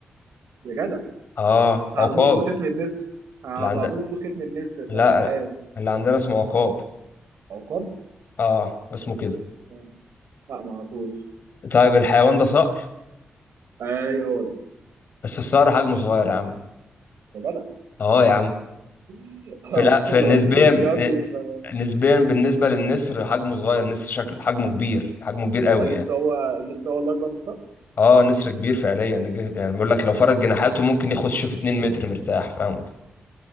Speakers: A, on the right; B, on the left.
A: <laughs> يا جدع
B: اه
A: بس على
B: عقاب
A: طول بيقولوا ختم النسر على
B: اللي عندنا
A: طول بيقولوا ختم النسر
B: لا
A: فمش عارف
B: اللي عندنا اسمه عقاب
A: عقاب
B: اه اسمه كده
A: آه. لا ما اعرفوش
B: طيب الحيوان ده صقر
A: ايوه هو ده
B: بس الصقر حجمه صغير يا عم
A: يا جدع
B: اه يا عم
A: <laughs> انا
B: في الأ...
A: مبسوط
B: في
A: لما
B: نسبيا
A: بشوف الفيديوهات بيبقى
B: نسبيا بالنسبة للنسر حجمه صغير النسر شكل حجمه كبير حجمه كبير قوي
A: هو النسر
B: يعني
A: هو النسر هو اللي اكبر من الصقر
B: اه نسر كبير فعليا الج- يعني بيقول لك لو فرد جناحاته ممكن يخش في 2 متر مرتاح فاهم